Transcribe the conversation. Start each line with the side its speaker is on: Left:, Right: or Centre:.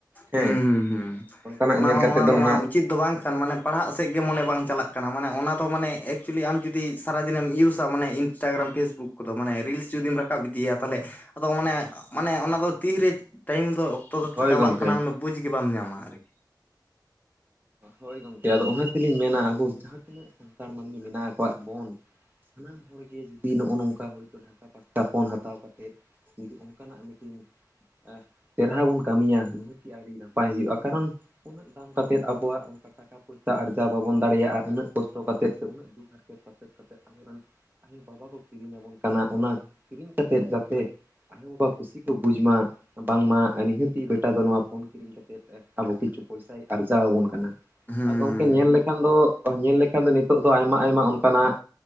Right: ᱦᱮᱸ
Left: ᱦᱩᱸ ᱦᱩᱸ ᱦᱩᱸ
Right: ᱚᱱᱠᱟᱱᱟᱜ
Left: ᱚᱱᱟ
Right: ᱧᱮᱞ
Left: ᱢᱟ
Right: ᱠᱟᱛᱮᱫ
Left: ᱚᱱᱟ
Right: ᱫᱚ
Left: ᱫᱚᱢᱟ
Right: ᱱᱟᱦᱟᱜ
Left: ᱩᱪᱤᱫ ᱫᱚ ᱵᱟᱝ ᱠᱟᱱ ᱢᱟᱱᱮ ᱯᱟᱲᱦᱟᱜ ᱥᱮᱫ ᱜᱮ ᱢᱚᱱᱮ ᱵᱟᱝ ᱪᱟᱞᱟᱜ ᱠᱟᱱᱟ ᱢᱟᱱᱮ ᱚᱱᱟ ᱫᱚ ᱢᱟᱱᱮ ᱮᱠᱪᱩᱭᱮᱞᱤ ᱟᱢ ᱡᱩᱫᱤ ᱥᱟᱨᱟᱫᱤᱱᱮᱢ ᱤᱭᱩᱥᱟ ᱢᱟᱱᱮ ᱤᱱᱥᱴᱟᱜᱨᱟᱢ ᱯᱷᱮᱥᱵᱩᱠ ᱠᱚᱫᱚ ᱢᱟᱱᱮ ᱨᱤᱞᱥ ᱡᱩᱫᱤᱢ ᱨᱟᱠᱟᱵ ᱤᱫᱤᱭᱟ ᱛᱟᱦᱚᱞᱮ ᱟᱫᱚ ᱚᱱᱮ ᱢᱟᱱᱮ ᱚᱱᱟ ᱫᱚ ᱛᱤᱨᱮ ᱴᱟᱭᱤᱢ ᱫᱚ ᱡᱚᱛᱚ ᱚᱠᱛᱚ
Right: ᱦᱳᱭ
Left: ᱪᱟᱵᱟᱜ
Right: ᱜᱚᱝᱠᱮ
Left: ᱠᱟᱱᱟ ᱵᱩᱡᱽ ᱜᱮ ᱵᱟᱢ ᱧᱟᱢᱟ ᱟᱨᱠᱤ ᱾
Right: ᱦᱳᱭ ᱜᱚᱢᱠᱮ ᱟᱫᱚ ᱚᱱᱟ ᱛᱮᱞᱤᱧ ᱢᱮᱱᱟ ᱟᱵᱚ ᱡᱟᱦᱟᱸ ᱛᱤᱱᱟᱹᱜ ᱥᱟᱱᱛᱟᱲ ᱢᱟᱹᱱᱢᱤ ᱢᱮᱱᱟᱜ ᱟᱠᱟᱫ ᱵᱚᱱ ᱥᱟᱱᱟᱢ ᱦᱚᱲᱜᱮ ᱡᱩᱫᱤ ᱱᱚᱜᱼᱚ ᱱᱚᱝᱠᱟ ᱦᱳᱭᱛᱳ ᱰᱷᱟᱠᱟ ᱯᱟᱥᱴᱟ ᱯᱳᱚᱱ ᱦᱟᱛᱟᱣ ᱠᱟᱛᱮᱫ ᱡᱩᱫᱤ ᱚᱱᱠᱟᱱᱟᱜ ᱢᱤᱫᱴᱤᱱ ᱮᱸ ᱪᱮᱨᱦᱟ ᱵᱚᱱ ᱠᱟᱹᱢᱤᱭᱟ ᱱᱚᱣᱟ ᱠᱤ ᱟᱹᱰᱤ ᱱᱟᱯᱟᱭ ᱦᱤᱡᱩᱜᱼᱟ ᱠᱟᱨᱚᱱ ᱩᱱᱟᱹᱜ ᱫᱟᱢ ᱠᱟᱛᱮᱫ ᱟᱵᱚᱣᱟᱜ ᱚᱱᱠᱟ ᱴᱟᱠᱟ ᱯᱚᱭᱥᱟ ᱟᱨᱡᱟᱣ ᱵᱟᱵᱚᱱ ᱫᱟᱲᱮᱭᱟᱜᱼᱟ ᱩᱱᱟᱹᱜ ᱠᱚᱥᱴ ᱠᱟᱛᱮᱫ ᱥᱮ ᱩᱱᱟᱹᱜ ᱫᱩᱠ ᱥᱮᱫᱛᱮᱫ ᱟᱵᱚᱨᱮᱱ ᱟᱭᱳᱼᱵᱟᱵᱟ ᱠᱚ ᱠᱤᱨᱤᱧ ᱟᱵᱚᱱ ᱠᱟᱱᱟ ᱚᱱᱟ ᱠᱤᱨᱤᱧ ᱠᱟᱛᱮᱫ ᱡᱟᱛᱮᱼᱼ ᱟᱭᱩ ᱵᱟᱵᱟ ᱠᱩᱥᱤ ᱠᱚ ᱵᱩᱡᱽ ᱢᱟ ᱵᱟᱝᱢᱟ ᱱᱤᱦᱟᱹ ᱛᱤ ᱵᱮᱴᱟ ᱫᱚ ᱱᱚᱣᱟ ᱯᱷᱳᱱ ᱠᱤᱨᱤᱧ ᱠᱟᱛᱮᱼᱼ ᱟᱵᱚ ᱠᱤᱪᱷᱩ ᱯᱚᱭᱥᱟᱭ ᱟᱨᱡᱟᱣ ᱟᱵᱚᱱ ᱠᱟᱱᱟ
Left: ᱦᱩᱸ
Right: ᱟᱨ ᱜᱚᱢᱠᱮᱼᱼ ᱠᱤᱱ ᱧᱮᱞ ᱞᱮᱠᱷᱟᱱ ᱫᱚ ᱧᱮᱞ ᱞᱮᱠᱷᱟᱱ ᱫᱚ ᱱᱤᱛᱚᱜ ᱫᱚ ᱟᱭᱢᱟ ᱟᱭᱢᱟ ᱚᱱᱠᱟᱱᱟᱜᱼᱼ